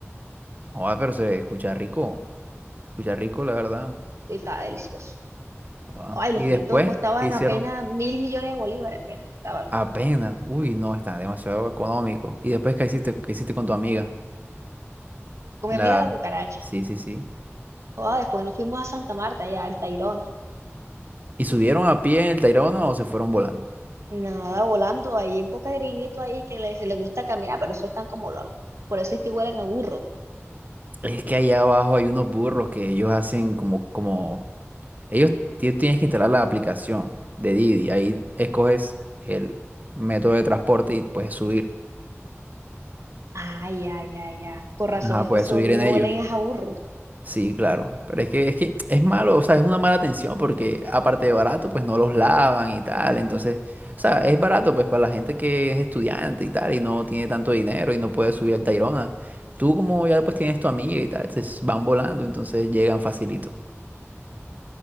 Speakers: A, on the right; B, on the right.
A: Joder, pero se escucha rico. Se escucha rico, la verdad.
B: Y estaba delicioso.
A: Ah.
B: Ay, los
A: ¿Y
B: fritos
A: después
B: costaban
A: qué hicieron?
B: apenas mil millones de bolívares, apenas costaban los
A: Apenas.
B: fritos.
A: Uy, no, está demasiado económico. ¿Y después qué hiciste, qué hiciste con tu amiga?
B: Con
A: La...
B: mi amiga la cucaracha.
A: Sí, sí, sí.
B: Ah, después nos fuimos a Santa Marta, allá al Tayrona.
A: ¿Y subieron a pie el Tayrona o se fueron volando?
B: Nada, volando ahí, un poco de gringuito ahí que le- se le gusta caminar, pero eso están como locos. Por eso es que huelen a burro.
A: Es que allá abajo hay unos burros que ellos hacen como, como... Ellos ti- tienes que instalar la aplicación de Didi. Ahí escoges el método de transporte y puedes subir.
B: Ay, ay, ay, ay. Con razón
A: Ajá,
B: es
A: puedes
B: que esos
A: subir
B: gringos
A: en ellos.
B: huelen es a burro.
A: Sí, claro, pero es que es que es malo, o sea, es una mala atención porque aparte de barato, pues no los lavan y tal, entonces, o sea, es barato pues para la gente que es estudiante y tal y no tiene tanto dinero y no puede subir al Tayrona. Tú como ya pues tienes tu amiga y tal, entonces van volando, entonces llegan facilito.